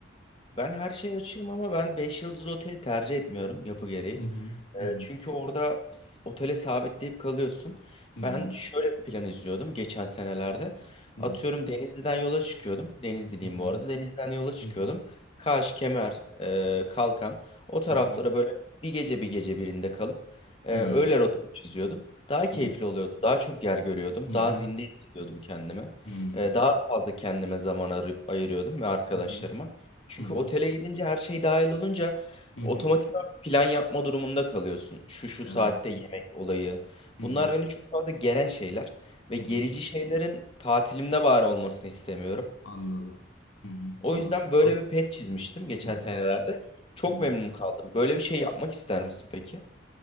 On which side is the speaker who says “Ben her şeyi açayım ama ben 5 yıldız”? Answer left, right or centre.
Left